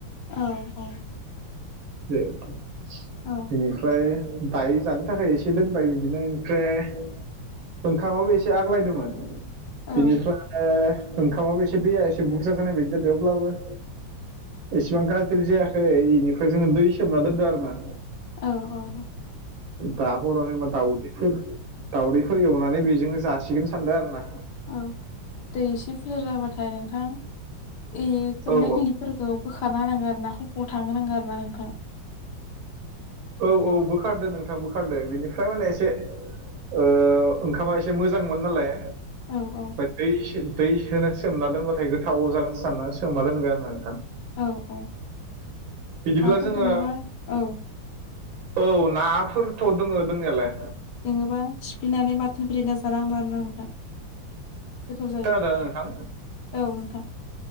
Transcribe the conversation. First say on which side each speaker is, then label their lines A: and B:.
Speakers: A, on the left; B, on the right.
A: औ औ
B: बेनिफ्राय
A: औ
B: दायो जानो थाखाय एसे दोनबाय बिदिनो ओमफ्राय ओंखामाबो एसे आग्लायदोंमोन
A: औ
B: बेनिफ्राय ओंखामाबो एसे दैया एसे बुरजा जानाय बायदि जादों अब्लाबो एसिबां गाज्रि जायाखै बेनिफ्राय जोङो दै सोमना दोनदों आरो ना
A: औ
B: दा हराव जेनेबा दाउदै फोर दाावदैफोर एवनानै बेजोंनो जासिगोन सानदों आरो ना
A: औ दै एसे बुरजा जाबाथाय नोंथां ए खोबनाय
B: औ औ
A: खिनिखौ फोरखौ बोखारना होनांगोन आरो ना खफखौ थां नांगौ आरो ना नोंथां
B: औ औ बोखारदो नोंथां बोखारदो बिनिफ्राय माने एसे ओ ओंखामा एसे मोजांमोन नालाय
A: औ औ
B: ओ दै एसे होनानैसो सोमना दोनबाथाय गोथाव जागोन सानना सोमना दोनबाय आरो ना नोंथां
A: औ औ
B: बिदिब्ला
A: नाफोर
B: जोङो
A: दोङोबा औ
B: औ नाफोरथ' दङ दंनायालाय
A: दोङोबा सिफ्लिनानै बाथोन फोरिला ब्रेना जानो हागोन मोन आरोना नोंथां गोथाव जायो
B: खोनादोना नोंथां
A: औ नोंथां